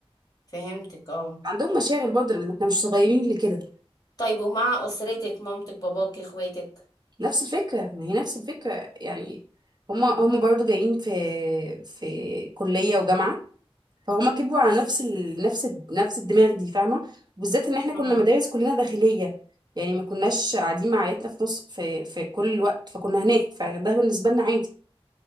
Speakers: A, on the left; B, on the right.
A: فهمتك اه
B: عندهم مشاغل برضه لان احنا مش صغيرين لكده
A: طيب ومع اسرتك مامتك باباك اخواتك
B: نفس الفكره ما هي نفس الفكره يعني هما هما برضه جايين في في كليه وجامعه فهما كبروا على نفس
A: <laughs>
B: ال... نفس ال... نفس الدماغ دي فاهمه بالذات ان احنا كنا
A: مم.
B: مدارس كلنا داخليه يعني ما كناش قاعدين مع عيلتنا في نص في في كل الوقت فكنا هناك فده بالنسبه لنا عادي